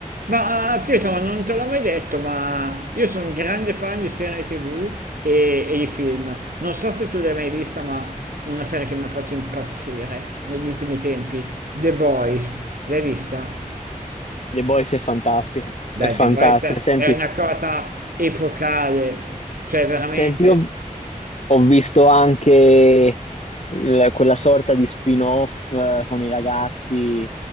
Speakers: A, on the right (about 80°); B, on the left (about 55°).
A: Ma ah, Pietro, ma non te l'ho mai detto, ma io sono un grande fan di serie TV e, e di film. Non so se tu l'hai mai vista, ma una serie che mi ha fatto impazzire negli ultimi tempi, The Boys. L'hai vista?
B: The Boys è fantastica, è
A: Dai,
B: fantastica.
A: The Boys
B: Senti,
A: è una cosa epocale, cioè veramente.
B: senti, io ho visto anche il- quella sorta di spin-off eh, con i ragazzi